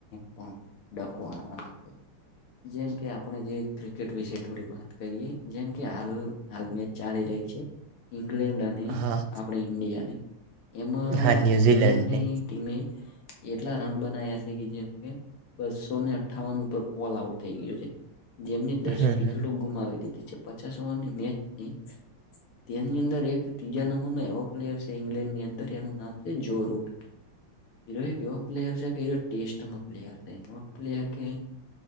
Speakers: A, on the left; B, on the right.
A: પણ ડખવાવાનું છે જેમ. કે આપણે જે ક્રિકેટ વિશે થોડી વાત કરીએ જેમ કે હાલ હાલ મેચ ચાલી રહી છે. ઇંગ્લેન્ડ અને
B: હા
A: આપણે ઇન્ડિયાની એમાં
B: હા ન્યુઝીલેન્ડને
A: ઇંગ્લેન્ડની. ટીમે એટલા રન બના્યા છે કે જેમ કે. બસોને અઠ્ઠાવન ઉપર ઓલ આઉટ થઈ ગયયો છે. જેમને દસ
B: હા
A: વ્રિકેટો ગુમાવી હતી પચાસ ઓવરની મેચની. તેની અંદર એક ત્રીજા નંબર ન એવો પ્લેયર છે ઇંગ્લેન્ડની અંદર જેનું નામ છે જો રૂટ. હીરો એક એવો પ્લેયર છે કે હરો ટેસ્ટ. પ્લેર છે પ્લેયર કે